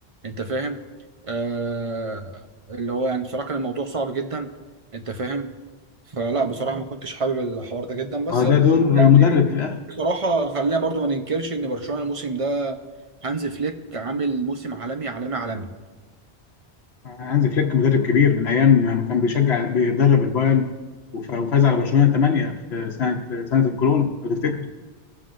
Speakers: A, on the right; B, on the left.
A: انت فاهم آه، اللي هو يعني بصراحه كان الموضوع صعب جدا انت فاهم فلا بصراحه ما كنتش حابب الحوار ده جدا بس
B: آه، ده دور
A: يعني
B: مدرب في الاخر
A: بصراحه خلينا برضو ما ننكرش ان برشلونه الموسم ده هانز فليك عامل موسم عالمي عالمي عالمي
B: هانز فليك مدرب كبير من ايام ما كان بيشجع بيدرب البايرن وف- وفاز على برشلونه 8 في سنه سنه الكورونا لو تفتكر